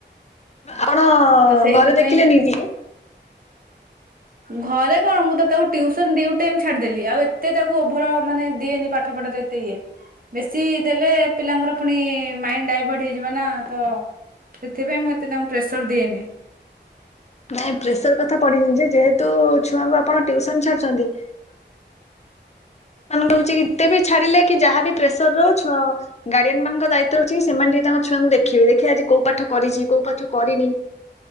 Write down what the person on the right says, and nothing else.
ତ ସେଇଥିପାଇଁ।
ଘରେ କଣ ମୁଁ ତ ତାକୁ ଟ୍ୟୁସନ ଦି ଟାଇମ୍ ଛାଡ଼ିଦେଲି ଆଉ ଏତେ ତାକୁ ଓଭର ମାନେ ଦିଏନି ପାଠପଢାରେ। ଇଏ ବେଶୀ ଦେଲେ ପିଲାଙ୍କର ପୁଣି ମାଇଣ୍ଡ ଡାଇଭର୍ଟ ହେଇଯିବ। ଯିବା ନା ତ ସେଥିପାଇଁ ମୁଁ ଏତେ ତାଙ୍କୁ ପ୍ରେସର ଦିଏନି।